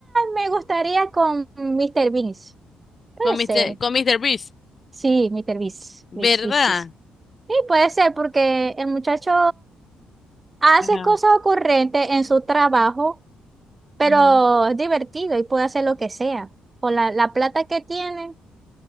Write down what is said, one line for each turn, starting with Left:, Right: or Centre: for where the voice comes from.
Right: me gustaría con Mr. Beast. Puede
Left: Con
Right: ser.
Left: Mister con Mister Beast,
Right: Sí, Mr. Beast,
Left: ¿verdad?
Right: Beast, Beast, Beast. Sí, puede ser porque el muchacho hace
Left: Ajá.
Right: cosas ocurrentes en su trabajo, pero
Left: ujú.
Right: es divertido y puede hacer lo que sea. Con la, la plata que tiene.